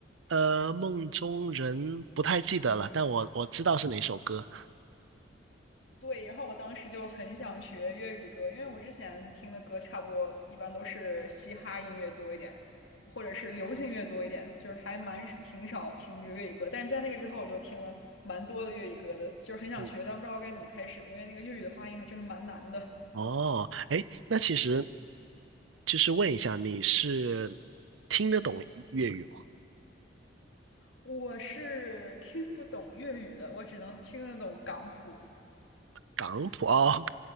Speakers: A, on the right; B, on the left.
A: 呃，梦中人不太记得了，但我我知道是哪首歌。
B: 对，然后我当时就很想学粤语歌，因为我之前听的歌差不多一般都是嘻哈音乐多一点，或者是流行乐多一点，就是还蛮挺少听这个粤语歌。但是在那个之后，我就听了蛮多的粤语歌的，就是很想学，
A: 嗯，
B: 但不知道该怎么开始，因为那个粤语的发音还真的蛮难的。
A: 哦，哎，那其实就是问一下，你是懂粤语吗？
B: 我是听不懂粤语的，我只能听得懂港普。
A: 港普哦，